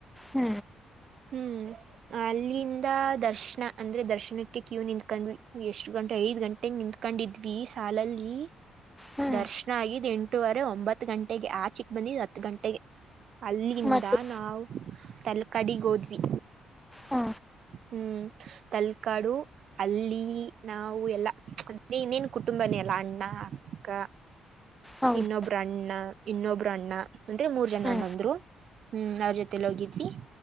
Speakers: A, in the centre; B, on the right (about 60°).
A: ಹ್ಮ್
B: ಹ್ಮ್ ಅಲ್ಲಿಂದ ದರ್ಶನ ಅಂದ್ರೆ ದರ್ಶನಕ್ಕೆ ಕ್ಯೂ ನಿಂದ ಕ್ ಎಷ್ಟ ಗಂಟೆ ಐದ್ ಗಂಟೆಗೆ ನಿಂಕೊಂಡಿದ್ವಿ ಸಾಲಲ್ಲಿ
A: ಹ್ಮ್
B: ದರ್ಶನ್ ಕಗಿದ್ದ್ ಎಂಟೂುವರೆ ಒಂಬತ್ತು ಗಂಟೆಗೆ ಆಚಿಕ್ ಬಂದಿದ ಹತ್ತು ಗಂಟೆಗೆ ಅಲ್ಲಿಂದ
A: ಮತ್ತೆ
B: ನಾವವು್ ತಲಕಡಿಗ್ೋದ್ವಿ
A: ಹಾ
B: ಹ್ಮ್ ತಲ್ಕಾಡು ಅಲ್ಲಿ ನಾವು ಎಲ್ಲ ಇನ್ನೇನ್ ಕುಟುಂಬನೇ ಅಲ್ಲ ಅಣ್ಣ ಅಕ್ಕ
A: ಹೌದು
B: ಇನ್ನೊಬ್ರು ಅಣ್ಣ ಇನ್ನೊಬ್ರು ಅಣ್ಣ ಅಂದ್ರೆ ಮೂರ್ ಜನಣ್ಣ
A: ಹ್ಮ್
B: ಅಂದ್ರು ಹ್ಮ್ ಅವ್ರ ಜೊತೆಲ್ಲ ಹೋಗಿದ್ವಿ